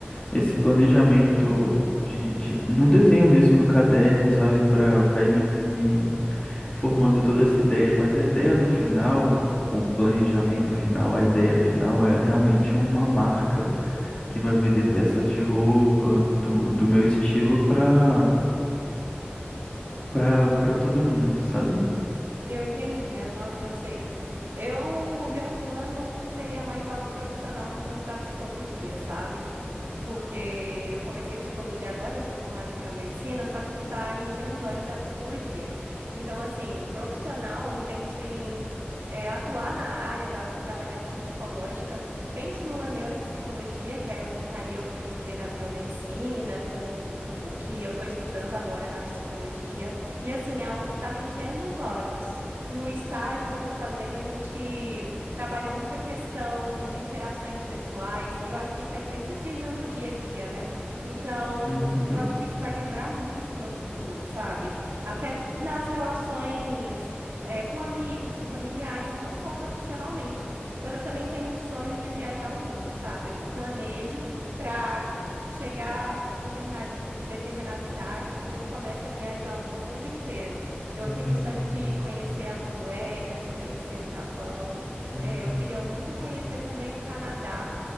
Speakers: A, on the left; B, on the right.
A: esse planejamento de, de- no desenho mesmo, no caderno, sabe? Para para ir me, me formando toda essa ideia. Mas a ideia no final, o planejamento final, a ideia final é realmente uma marca que vai vender peças de roupa do, do meu estilo para para para todo mundo, sabe?
B: Eu entendi, aham, eu sei. Eu, meu plano seria mais algo profissional no campo da psicologia, sabe? porque eu comecei psicologia agora, eu sou formada em biomedicina, só que o que está me enchendo os olhos é a psicologia. Então, assim, profissional, eu penso em eh, atuar na área da- de avaliação psicológica, penso numa neuropsicologia, que aí eu juntaria o que eu estudei na biomedicina com o que eu estou estudando agora na psicologia. E, assim, é algo que está me enchendo os olhos. No estágio que eu estou fazendo, a gente. Trabalha muito a questão de interações pessoais, e eu acho que isso é imprescindível no dia a dia, né? Então,
A: Uhum.
B: eu acho que isso vai melhorar muito o meu futuro, sabe? Até nas relações, eh, com amigos, com familiares, e não só profissionalmente. Mas eu também tenho um sonho de viajar o mundo, sabe? Eu planejo para chegar em uma determinada. Determinada idade e eu começo a viajar o mundo inteiro. Eu
A: Hum,
B: tenho o sonho
A: hum,
B: de conhecer a Noruega, de conhecer o Japão.
A: hum.
B: É, eu queria muito conhecer também o Canadá.